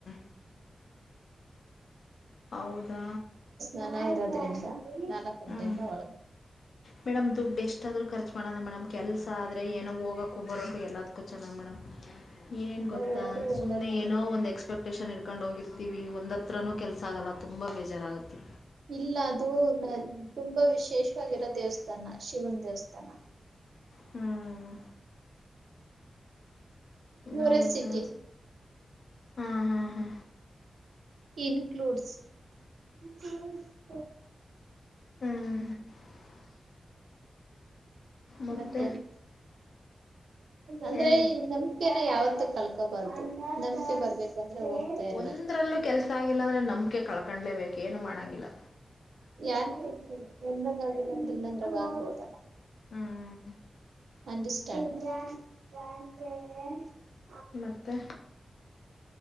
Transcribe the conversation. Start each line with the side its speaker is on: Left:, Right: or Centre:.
Left: <unintelligible> ಹೌದಾ
Right: ನಾನಾ ಇರತ್ತು ನಿಮಿಷ ನಾಲ್ಕ ಗಂಟೆಯಿಂದ
Left: ಹ್ಞೂ
Right: ಒಳಗ
Left: ಮೇಡಮ್ ದುಡ್ಡು ಎಷ್ಟಾದರೂ ಖರ್ಚು ಮಾಡೋಣ ಮೇಡಮ್ ಕೆಲಸ ಆದರೆ ಏನೋ ಹೋಗೋು ಬರೋಕ್ಕು ಎಲ್ಲದಕ್ಕೂ ಚೆನ್ನಾಗಿ ಮೇಡಮ್ ಏನ್
Right: ಅದೇ
Left: ಗೊತ್ತಾ
Right: ಹೋದ್ರೆ ಒಳ್ಳೇದಾಗುತ್ತಲ್ಲ,
Left: ಸುಮ್ನೆ ಏನೋ ಒಂದ್ ಎಕ್ಸ್ಪೆಕ್ಟೇಷನ್ ಇಡ್ತ ಕರ್ಕೊಂಡ ಹೋಗಿರ್ತಿವಿ ಒಂದತ್ರನುೂ ಕೆಲ್ಸ ಆಗಲ್ಲ ತುಂಬಾ ಬೇಜಾರಾಗತ್ತೆ
Right: ಇಲ್ಲ ಅದು ತುಂಬಾ ವಿಶೇಷವಾಗಿರೋ ದೇವಸ್ಥಾನ ಶಿವನ ದೇವಸ್ಥಾನ
Left: ಹ್ಮ್
Right: ಕ್ಯೂರಿಯಾಸಿಟಿ
Left: ಹೌದಾ ಹಾ ಹಾ ಹಾ
Right: ಇನ್ಕ್ಲೂಡ್ <unintelligible>
Left: ಹ್ಮ್ ಮತ್ತೆ
Right: ಮತ್ತ ಅಂದ್ರೆ
Left: ಹೇಳಿ
Right: ನಂಬಿಕೆನ ಯಾವ ಕಳ್ಕೋಬಾರ್ದು ನಂಬಿಕೆ ಬರ್ಬೇಕು ಅಂದ್ರೆ ಹೋಗ್ತಾ ಇರ್ಬೇಕು,
Left: ಒಂದ್ರಲ್ಲೂ ಕೆಲ್ಸ ಆಗಿಲ್ಲ ಅಂದ್ರೆ ನಂಬಿಕೆ ಕಳ್ಕೊಂಡಲೇಬೇಕು ಏನು ಮಾಡಂಗಿಲ್ಲ
Right: ಯಾರ ಒಂದ್ರಗಾಗಿ ನೊಂದು ಇನ್ನೊಂದ್ರಗ ಆಗ್ಬೋದಲ್ಲ
Left: ಹ್ಞೂ
Right: ಅಂಡಷ್ಟಾನ <unintelligible>
Left: ಮತ್ತೆ